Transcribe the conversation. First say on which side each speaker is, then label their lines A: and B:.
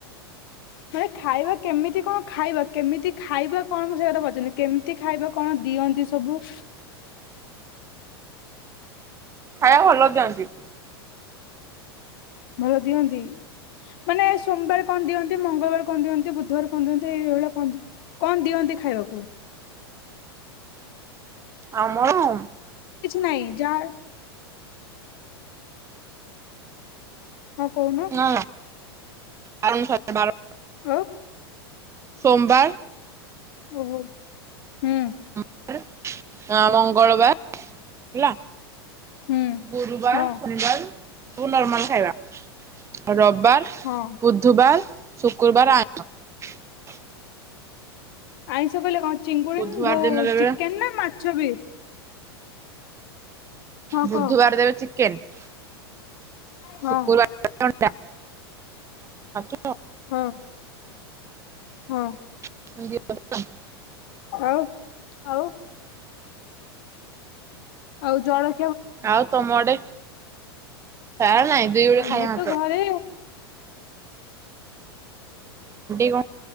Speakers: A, on the left; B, on the right.
A: ମାନେ ଖାଇବା କେମିତି କଣ ଖାଇବା କେମିତି ଖାଇବା କଣ ସେ କଥା ମୁଁ ପଚାରୁନି କେମିତି ଖାଇବ କଣ? ଦିଅନ୍ତି ସବୁ।
B: ଖାଇବା ଭଲ ଦିଅନ୍ତି।
A: ଭଲ ଦିଅନ୍ତି ମାନେ ସୋମବାର କଣ ଦିଅନ୍ତି ମଙ୍ଗଳବାର କଣ ଦିଅନ୍ତି ବୁଧବାର କଣ ଦିଅନ୍ ଏଇ ଭଳିଆ କଣ କଣ ଦିଅନ୍ତି ଖାଇବାକୁ?
B: ଆମର।
A: ନାଇଁ ଯାହା ହଁ କୋହୁନ।
B: ନା <unintelligible>
A: ହୁଁ।
B: ସୋମବାର
A: ଓହୋ ହୁଁ।
B: <unintelligible> ମଙ୍ଗଳବା ହେଲା
A: ହୁଁ।
B: ଗୁରୁବାର
A: ହଁ
B: ଶନିବାର ସବୁ ନର୍ମାଲ ଖାଇବା। ରବାର
A: ହଁ
B: ବୁଧୁବାର ଶୁକ୍ରୁବାର ଆଇସ। <inaudible>
A: ଆଇଁଷ କହିଲେ କଣ ଚିଙ୍ଗୁଡିନ୍
B: ବୁଧବାର
A: ଯୋଉ
B: ଦିନ ଦେବେ
A: ଚିକେନ ନା ମାଛ ବି? ହଁ
B: ବୁଧୁବାର
A: କହ
B: ଦେବେ ଚିକେନ
A: ହଁ
B: ଶୁକ୍ରୁବାର <unintelligible> <unintelligible>
A: ହଁ ହଁ।
B: <unintelligible>
A: ହଉ ଆଉ। ଆଉ ଜଳ।
B: ଆଉ ତମ ଆଡେ ପ୍ରାୟ ନାଇଁ ଦୁଇ ଓଳି
A: ଆମର
B: ଖାଇବା
A: ତ
B: ମାତ୍ର।
A: ଘରେ
B: <unintelligible>